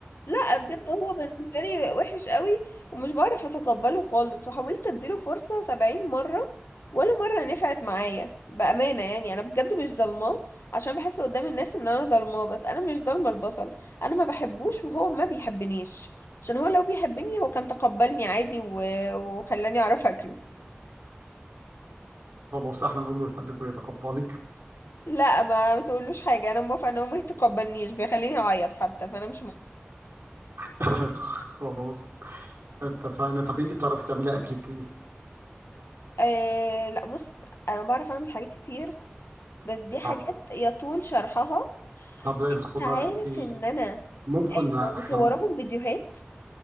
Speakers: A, on the left; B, on the right.
A: لا بجد هو بالنسبه لي وحش قوي ومش بعرف اتقبله خالص وحاولت اديله فرصه سبعين مره ولا مره نفعت معايا بامانه يعني انا بجد مش ظالماه عشان بحس قدام الناس ان انا ظالماه بس انا مش ظالمه البصل انا ما بحبوش وهو ما بيحبنيش عشان هو لو بيحبني هو كان تقبلني عادي و... وخلاني اعرف اكله
B: خلاص احنا نقول له يحبك ويتقبلك
A: لا ما تقولوش حاجة انا موافقة ان هو ما يتقبلنيش بيخليني اعيط حتى فانا مش موافقة
B: <laughs> خلاص اتفقنا طب انت بتعرفي تعملي أكلة ايه؟
A: أه لا بص انا بعرف اعمل حاجات كتير بس دي حاجات
B: طب
A: يطول شرحها
B: طب الخضار
A: انت عارف
B: ايه؟
A: ان انا
B: ممكن احنا
A: مصوراهم فيديوهات